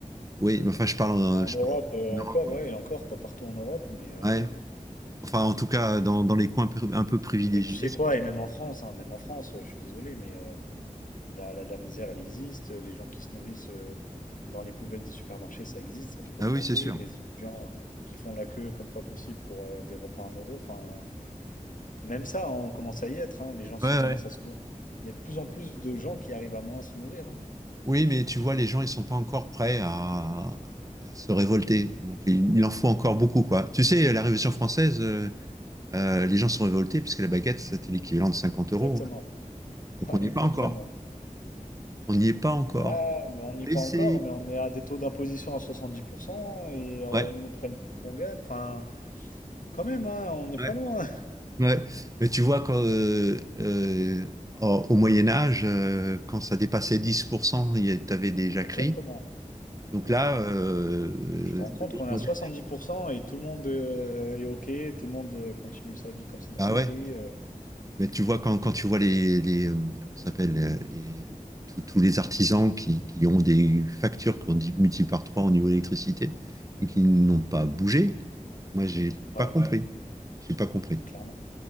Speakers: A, on the right; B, on the left.
A: Oui, mais enfin, je parle, euh,
B: En
A: je
B: Europe,
A: parle
B: euh,
A: en Europe.
B: encore, ouais, et encore, pas partout en Europe, mais... euh,
A: Ouais. Enfin, en tout cas, dans, dans les coins pri- un peu privilégiés.
B: Et tu sais quoi, et même en France, hein, même en France, euh, je suis désolé, mais euh, il y a la, la misère, elle existe. Les gens qui se nourrissent euh, dans les poubelles des supermarchés, ça existe, ça fait qu'augmenter.
A: Ah oui, c'est sûr.
B: Les étudiants qui font la queue comme pas possible pour euh, des repas à un euro, enfin, même ça, hein, on commence à y être. hein, les gens se
A: Ouais,
B: commencent
A: ouais.
B: à se nourrir. Il y a de plus en plus de gens qui arrivent à moins se nourrir. hein.
A: Oui, mais tu vois, les gens, ils sont pas encore prêts à, à se révolter. Donc, il, il en faut encore beaucoup, quoi. Tu sais, la Révolution française, euh, euh, les gens sont révoltés parce que la baguette, c'était l'équivalent de 50 euros.
B: Exactement. <laughs>
A: Donc,
B: Ouais,
A: on n'y
B: exactement.
A: est pas encore. On n'y est pas encore.
B: Ouais, mais on n'y est
A: Mais
B: pas
A: c'est...
B: encore, mais on est à des taux d'imposition à 70% et euh,
A: Ouais.
B: ils nous prennent tout qu'on gagne. Enfin, quand même, hein, on n'est pas
A: Ouais.
B: loin.
A: Ouais. Mais tu vois, quand, euh, euh, au au Moyen Âge, euh, quand ça dépassait 10%, tu avais
B: <laughs>
A: des jacqueries.
B: Exactement.
A: Donc
B: Ouais.
A: là, euh, euh,
B: Tu te rends
A: le
B: compte qu'on est
A: monde
B: à cent
A: moderne-
B: et tout le monde euh, est OK, tout le monde euh, continue sa vie comme si de rien
A: bah
B: n'était.
A: ouais.
B: euh.
A: Mais tu vois, quand, quand tu vois les, les euh, comment ça s'appelle, euh, les, tous tous les artisans qui, qui ont des factures qui ont dix- multiplié par 3 au niveau de l'électricité et qui n'ont pas bougé, moi, j'ai
B: Ouais,
A: pas Ouais. compris. J'ai pas compris.
B: bah clairement.